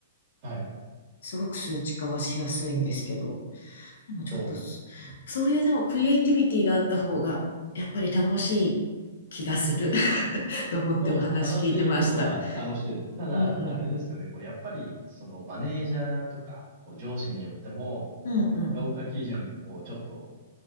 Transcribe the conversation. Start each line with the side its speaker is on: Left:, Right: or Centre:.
Right: はい。
Left: すごく数値化はしやすいんですけど、でもちょっとそ、
Right: そうです。
Left: そういうでもクリエイティビティがあった方が、やっぱり楽しい気がする <laughs> と思ってお話聞いてました。
Right: そうです。楽しいことは楽しいです。ただ、
Left: うんうん。
Right: あれですよね。こう、やっぱり、そのマネージャーとか、こう、上司によっても、
Left: うんうん。
Right: 評価基準がこう、ちょっと、